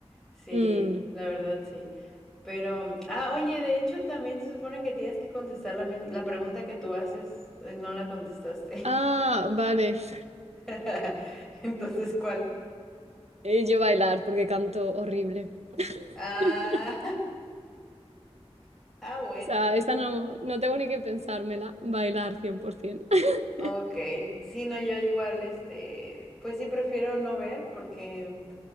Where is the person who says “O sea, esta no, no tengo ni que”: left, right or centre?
Right